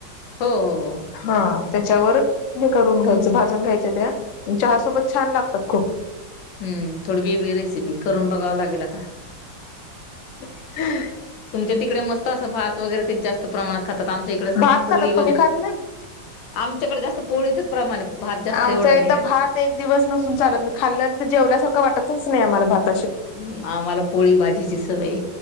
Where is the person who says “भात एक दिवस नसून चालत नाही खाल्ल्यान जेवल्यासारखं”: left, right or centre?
Left